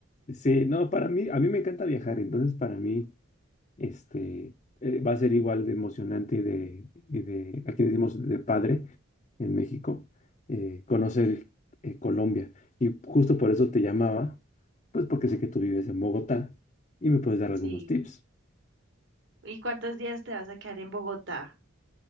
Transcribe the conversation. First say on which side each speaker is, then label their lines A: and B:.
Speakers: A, on the left; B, on the right.
A: sí, no, para mí, a mí me encanta viajar, entonces para mí. este, eh, va a ser igual de emocionante y de, y de- aquí decimos de padre en México, eh, conocer eh, Colombia. Y justo por eso te llamaba, pues porque sé que tú vives en Bogotá y me puedes dar
B: Sí.
A: algunos tips.
B: ¿Y cuántos días te vas a quedar en Bogotá?